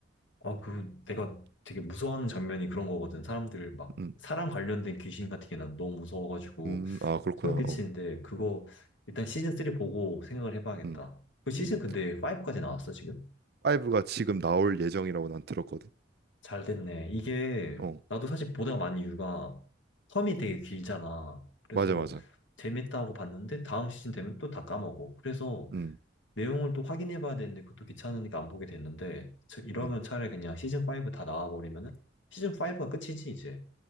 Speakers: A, on the left; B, on the right.
A: 어, 그 내가 되게 무서워하는 장면이 그런 거거든. 사람들 막
B: 음,
A: 사람 관련된 귀신 같은 게 난 너무 무서워가지고
B: 음, 아 그렇구나.
A: 소름 끼치는데
B: 어,
A: 그거 일단 시즌 3 보고 생각을 해봐야겠다.
B: 음,
A: 그 시즌
B: 음.
A: 근데 5까지 나왔어 지금?
B: 5가 지금 나올 예정이라고 난 들었거든.
A: 잘 됐네. 이게
B: 어,
A: 나도 사실 보다가 많은 이유가 텀이 되게 길잖아. 그래서
B: 맞아, 맞아.
A: 재밌다고 봤는데 다음 시즌 되면 또 다 까먹어. 그래서
B: 음,
A: 내용을 또 확인해 봐야 되는데 그것도 귀찮으니까 안 보게 됐는데 저- 이러면
B: 음.
A: 차라리 그냥 시즌 5 다 나와 버리면은 시즌 5가 끝이지 이제.